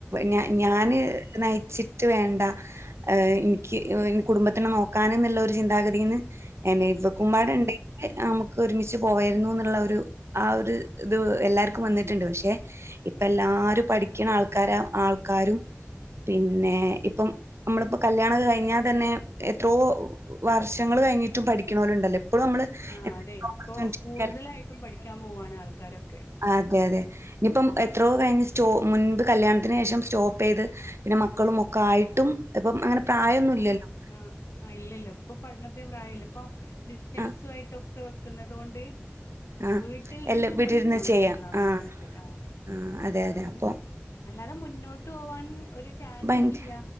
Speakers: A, on the right; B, on the left.
A: ഞ
B: ആ
A: ഞാന് നയിച്ചിട്ട് വേണ്ട എനിക്ക് കുടുംബത്തിനെ നോക്കാനെന്നുള്ള ഒരു ചിന്താഗതീന്ന് എന്നെ ഇവക്കുമ്പാടുണ്ടെങ്കി
B: അതെ അതെ
A: നമുക്കൊരുമി ച്ചു പോവായിരുന്നു എന്നുള്ള ഒരു ആ ഒരു ഇത് എല്ലാവർക്കും വന്നിട്ടുണ്ട് പക്ഷെ ഇപ്പ എല്ലാരും പഠിക്കണ ആൾക്കാര ആൾക്കാരും പിന്നെ ഇപ്പം നമ്മളിപ്പോ കല്യാണൊക്കെ കഴിഞ്ഞാതന്നെ എത്രോ വർഷങ്ങള് കഴിഞ്ഞിട്ടും പഠിക്കണോല്ലൊണ്ടല്ലോ ഇപ്പഴും നമ്മള്
B: ആ
A: എന്തെങ്കിലും
B: അതെ ഇപ്പൊ
A: ഓപ്പർച്യൂണിറ്റി
B: കൂടുതലായിട്ടും
A: കിട്ടിയാല്
B: പഠിക്കാൻ പോവാണ് ആൾക്കാരൊക്കെ
A: അതെ അതെ ഇനിയിപ്പം എത്രയോകഴിഞ്ഞ് സ്റ്റോ മുൻപ് കല്യാണത്തിനുശേഷം സ്റ്റോപ്പ് ചെയ്ത് പിന്നെ മക്കളുമൊക്കെ ആയിട്ടും ഇപ്പം അങ്ങനെ പ്രായൊന്നും ഇല്ലല്ലോ
B: ആ ആ ഇല്ല ഇല്ല ഇപ്പൊ പഠനത്തിന് പ്രായില്ല ഇപ്പൊ ഡിസ്റ്റൻസും
A: ആഹ്
B: ആയിട്ടൊക്കെ വെക്കുന്നതുകൊണ്ട്
A: ആഹ്
B: വീട്ടിൽനിന്നും
A: എല്ലാം വീട്ടിരുന്ന്
B: പഠിക്കാൻ
A: ചെയ്യാം
B: കഴിയുന്ന അവസ്ഥയൊണ്ട്
A: ആഹ്
B: ആ
A: ആഹ് അതെ
B: അതൊണ്ട്
A: അതെ അപ്പൊ
B: അല്ലാതെ മുന്നോട്ടുപോവാനും ഒരു ചാൻസില്ല
A: ഭയങ്ക